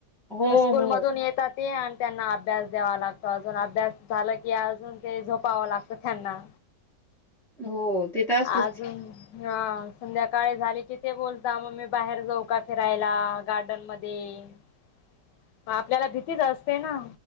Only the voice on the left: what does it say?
तर स्कूल
मधून येत ते आणि त्यांना अभ्यास द्यावा लागतो अजून अभ्यास झाला की अजून ते झोपवावा लागतं त्यांना
अजून हा संध्याकाळी झाली की ते बोलता मग मी बाहेर जाऊ का फिरायला गार्डन मध्ये मग आपल्याला भीतीच असते ना